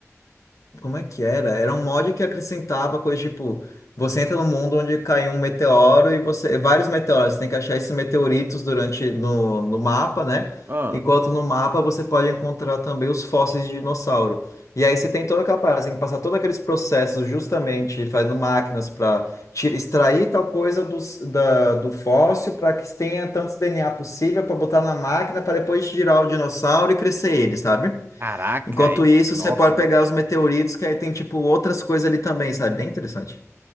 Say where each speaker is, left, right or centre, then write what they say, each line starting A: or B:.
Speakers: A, on the left; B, on the right.
A: Como é que era? Era um mod que acrescentava coisa tipo, você entra no mundo onde caiu um meteoro e você. Vários meteoros, você tem que achar esses meteoritos durante no, no mapa, né?
B: ah,
A: Enquanto no mapa você pode encontrar também os fósseis de dinossauro. E aí você tem toda aquela parada, você tem que passar todos aqueles processos justamente fazendo máquinas para extrair tal coisa do, da, do fóssil para que tenha tantos DNA possível para botar na máquina para depois girar o dinossauro e crescer ele, sabe?
B: caraca,
A: Enquanto
B: e-
A: isso,
B: nossa,
A: você pode pegar os meteoritos, que aí tem, tipo, outras coisas ali também, sabe? Bem interessante.